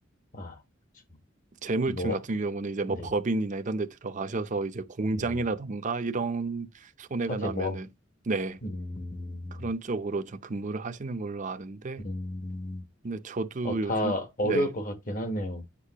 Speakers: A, on the left; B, on the right.
A: 아, 참.
B: 재물팀
A: 뭐,
B: 같은 경우는 이제 뭐
A: 네,
B: 법인이나 이런 데 들어가셔서 이제 공장이라던가
A: 네.
B: 이런 손해가
A: 화재
B: 나면은
A: 모험.
B: 네,
A: 음,
B: 그런 쪽으로 좀 근무를 하시는 걸로 아는데
A: 음,
B: 근데 저도
A: 어, 다
B: 요즘
A: 어려울
B: 네.
A: 것 같긴 하네요.